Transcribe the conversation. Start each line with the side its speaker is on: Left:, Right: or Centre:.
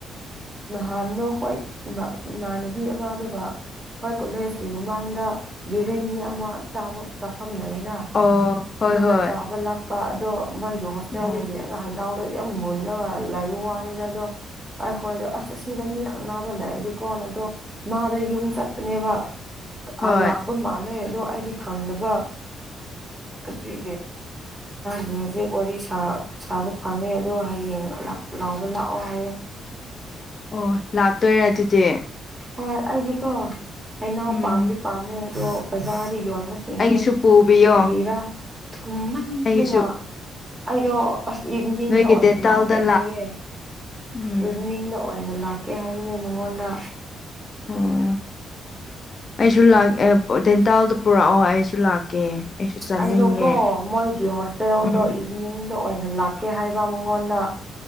Right: ꯅꯍꯥꯟꯗꯣ ꯍꯣꯏ ꯏꯃꯥꯟꯅꯕꯤ ꯑꯃꯗꯨꯕ ꯑꯩꯣꯏ ꯀꯣꯂꯦꯖꯀꯤ ꯃꯃꯥꯡꯗ ꯕꯤꯔꯌꯥꯅꯤ ꯑꯃ ꯆꯥꯕ ꯆꯥꯐꯝ ꯂꯩꯅ
Left: ꯑꯣ ꯍꯣꯏ
Right: ꯑꯗꯨꯗ
Left: ꯍꯣꯏ
Right: ꯆꯥꯕ ꯂꯥꯛꯄ ꯑꯗꯣ ꯃꯣꯏꯗꯣ ꯍꯣꯁꯇꯦꯜꯗ
Left: ꯑꯣ
Right: ꯍꯅꯥꯎꯗꯣ ꯌꯥꯝ ꯃꯨꯜꯂꯒ ꯂꯩꯥꯏ ꯋꯥꯅꯤꯗꯗꯣ ꯑꯩꯈꯣꯏꯗ ꯑꯁ ꯑꯁꯤꯗ ꯃꯤ ꯈꯛ ꯅꯕ ꯂꯩꯔꯗꯤꯀꯣ ꯑꯗꯣ ꯃꯥꯗ ꯌꯨꯝ ꯆꯠꯄꯅꯦꯕ
Left: ꯍꯣꯏ
Right: ꯑ ꯂꯥꯛꯄ ꯃꯥꯜꯂꯦ ꯑꯗꯣ ꯑꯩꯗꯤ ꯈꯪꯅꯕ ꯑꯗꯨꯒꯤ ꯒꯤ ꯍꯧꯖꯤꯦ ꯋꯥꯔꯤ ꯁꯥ ꯁꯥꯕ ꯐꯪꯉꯦ ꯑꯗꯣ ꯍꯌꯦꯡ ꯂꯥꯎꯕ ꯂꯥꯛꯑꯣ ꯍꯥꯏꯌꯦꯦ
Left: ꯑꯣ ꯂꯥꯛꯇꯣꯏꯔꯦ ꯑꯗꯨꯗꯤ
Right: ꯍꯣꯏ ꯑꯩꯁꯤꯀꯣ ꯑꯩꯅꯥꯎ
Left: ꯎꯝ
Right: ꯄꯥꯝꯗꯤ ꯄꯥꯝꯃꯦ ꯑꯗꯣ ꯕꯖꯥꯔꯗ ꯌꯣꯟꯕ ꯈꯪꯗꯦ
Left: ꯑꯩꯒꯤꯁꯨ ꯄꯨꯕꯤꯌꯣ
Right: ꯀꯔꯤꯔꯥ ꯊꯨꯝꯍꯟꯗꯅ
Left: ꯑꯩꯒꯤꯁꯨ
Right: ꯑꯩꯗꯣ ꯑꯁ ꯏꯚꯤꯅꯤꯡꯗ
Left: ꯅꯣꯏꯒꯤ
Right: ꯑꯣꯏꯅ
Left: ꯗꯦꯟꯇꯥꯜꯗ
Right: ꯂꯥꯛꯀꯦ ꯍꯥꯏꯌꯦ
Left: ꯎꯝ
Right: ꯏꯚꯤꯅꯤꯡꯗ ꯑꯣꯏꯅ ꯂꯥꯛꯀꯦ ꯀꯩ ꯍꯥꯏꯔꯤꯕꯅꯦ ꯃꯉꯣꯟꯗ
Left: ꯑꯣ ꯑꯩꯁꯨ ꯇꯦꯟꯇꯥꯜꯗ ꯄꯨꯔꯛꯑꯣ ꯑꯩꯁꯨ ꯂꯥꯛꯀꯦ ꯑꯩꯁꯨ ꯆꯥꯅꯤꯡꯉꯦ
Right: ꯑꯦꯗ ꯀꯣ ꯃꯣꯏ ꯀ ꯍꯣ ꯇꯨꯋꯦꯜꯗꯣ
Left: ꯎꯝ
Right: ꯏꯚꯤꯅꯤꯡꯗ ꯑꯣꯏꯅ ꯂꯥꯛꯀꯦ ꯍꯥꯏꯕ ꯃꯉꯣꯟꯗ